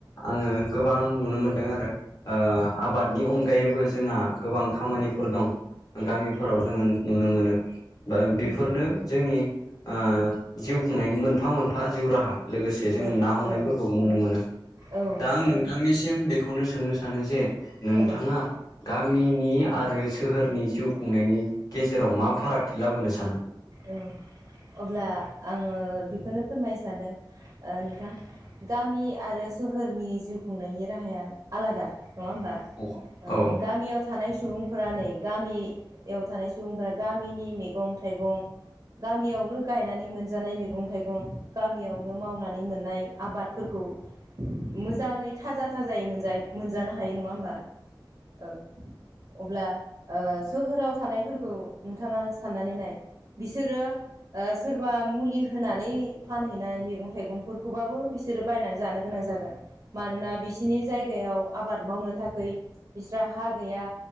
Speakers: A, on the left (about 50°); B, on the right (about 45°).
A: आङो गोबां नुनो मोनदों आरो आबाद <unintelligible> अनगायैबो जोंहा गोबां खामानिफोर दं गामिफोराव जोङो नुनो मोनो। बा बेफोरनो
B: उम
A: जोंनि ओ जिउ खुंनायनि मोनफा मोनफा जिउ राहा। लोगोसे जों
B: औ
A: ना हमनायफोरखौबो
B: औ
A: नुनो मोनो
B: औ
A: दा आं नों नोंथांनिसिम बेखौनो सोंनो सानो जे नोंथाङा
B: औ
A: गामिनि आरो सोहोरनि जिउ खुंनायनि गेजेराव मा फारागथि लाबोनो सानो।
B: औ अब्ला आङो बेखौनो फोरमायनो सानदों नोंथां। गामि आरो सोहोरनि जिउ खुंनायनि राहाया आलादा नङा होमबा?
A: औ
B: ओं
A: औ
B: गामियाव थानाय सुबुंफोरा नै गामियाव थानाय सुबुंफोरा गामिनि मैगं- थाइगं गामियावनो गायनाय गायनानै मोनजानाय मैगं -थाइगं गामियावनो मावनानै मोननाय आबादफोरखौ मोजाङै थाजा- थाजायै मोनजा -मोनजानो हायो नङा होमबा? औ। अब्ला सोहोराव ओ थानायफोरखौ नोंथाङा साननानै नाय बिसोरो ओ सोरबा मुलि होनानै फानहैनाय मैगं- थाइगंफोरखौबाबो बिसोर बिसोरो बायनानै जानो गोनां जागोन। मानोना बिसिनि जायगायाव आबाद मावनो थाखै बिस्रा हा गैया।